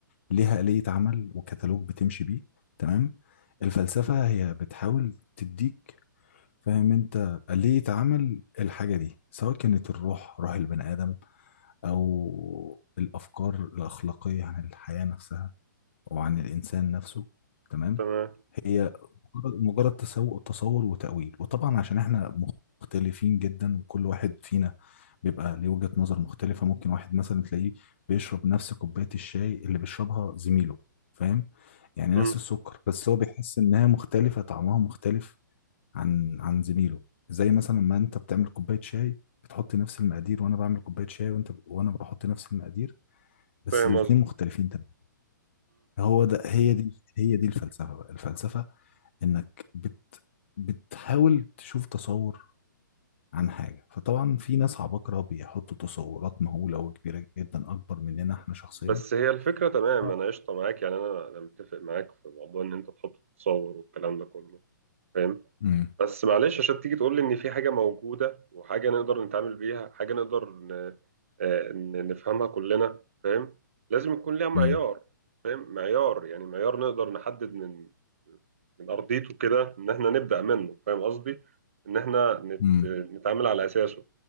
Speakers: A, on the left; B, on the right.
A: ليها آلية عمل وكتالوج بتمشي بيه تمام الفلسفة هي بتحاول تديك فاهم انت ليه اتعمل الحاجة دي سواء كانت الروح روح البني آدم أو الأفكار الأخلاقية عن الحياة نفسها أو عن الإنسان نفسه تمام
B: تمام
A: هي مجرد مجرد تسو- تصور وتأويل وطبعا عشان احنا مختلفين جدا وكل واحد فينا بيبقى ليه وجهة نظر مختلفة ممكن واحد مثلا تلاقيه بيشرب نفس كوباية الشاي اللي بيشربها زميله فاهم يعني
B: مم.
A: نفس السكر بس هو بيحس إنها مختلفة طعمها مختلف عن عن زميله زي مثلا ما انت بتعمل كوبايه شاي بتحط نفس المقادير وانا بعمل كوبايه شاي وانت وانا بحط نفس المقادير بس
B: فاهم
A: الاتنين
B: قصدي
A: مختلفين تماما هو ده هي دي هي دي الفلسفه بقى الفلسفه انك بت بتحاول تشوف تصور عن حاجه فطبعا في ناس عباقره بيحطوا تصورات مهوله وكبيره جدا اكبر مننا احنا شخصيا
B: بس هي الفكرة تمام
A: آه.
B: أنا قشطة معاك يعني أنا أنا متفق معاك في موضوع إن أنت تحط تصور والكلام ده كله فاهم
A: امم
B: بس معلش عشان تيجي تقول لي ان في حاجه موجوده وحاجه نقدر نتعامل بيها حاجه نقدر ن- آه، ن- نفهمها كلنا فاهم لازم يكون ليها معيار
A: امم
B: فاهم معيار يعني معيار نقدر نحدد من من ارضيته كده ان احنا نبدا منه فاهم قصدي ان احنا نت...
A: امم
B: نتعامل على اساسه